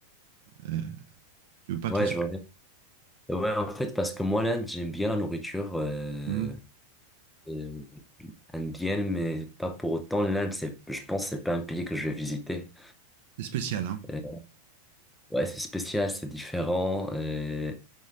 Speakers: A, on the right; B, in the centre.
A: Euh, tu peux pas
B: ouais,
A: trop sortir.
B: je vois. bien. Ouais, en fait, parce que moi, l'Inde, j'aime bien la nourriture euh,
A: Hmm.
B: euh, indienne, mais pas pour autant. L'Inde, c'est, je pense, que c'est pas un pays que je vais visiter.
A: C'est spécial, hein.
B: Euh, ouais, c'est spécial, c'est différent. euh,